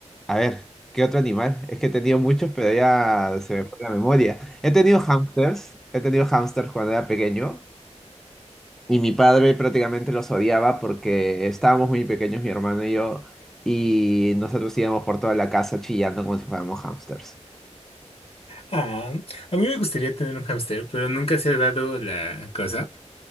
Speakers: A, in the centre; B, on the left.
A: a ver, ¿qué otro animal? Es que he tenido muchos, pero ya se me fue la memoria. He tenido hamsters, he tenido hamsters cuando era pequeño. Y mi padre prácticamente los odiaba porque estábamos muy pequeños, mi hermano y yo, y nosotros íbamos por toda la casa chillando como si fuéramos hámsters.
B: Ah, a mí me gustaría tener un hámster, pero nunca se ha dado la cosa.